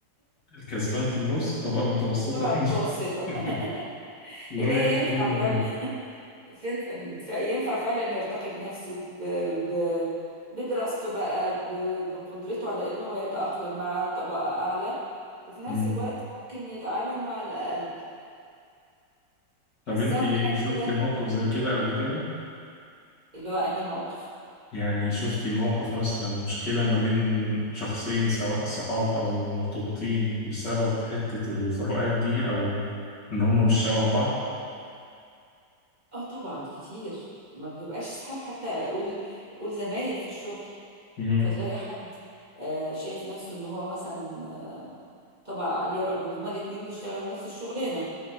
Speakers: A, on the left; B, on the right.
A: الكسبان في النص طبقة متوسطة
B: طبعا
A: يعني
B: المتوسطة
A: <laughs>
B: <laughs>
A: لا
B: اللي هي
A: يمشي
B: ينفع
A: هنا
B: فعلا <laughs> فين- ف- ينفع فعلا يرتقي بنفسه ب... ب... بدراسته بقى ب... بقدرته على انه هو يتأقلم مع طبقة اعلى وفي نفس
A: وهنا
B: الوقت ممكن يتعامل مع الاقل حساهم
A: طب انت ايه
B: يعني
A: شفتي
B: كده
A: موقف زي كده قبل كده
B: اللي هو انهي موقف
A: يعني شفتي موقف مثلا مشكلة ما بين شخصين سواء صحاب او مرتبطين بسبب حتة الفروقات دي او ان هما مش شبه بعض
B: اه طبعا كتير ما بتبقاش صحاب حتى اقول قول زمايل في الشغل
A: امم
B: فتلاقي حد آه، شايف نفسه ان هو مثلا طبقة عالية رغم ان هما الاتنين بيشتغلوا نفس الشغلانة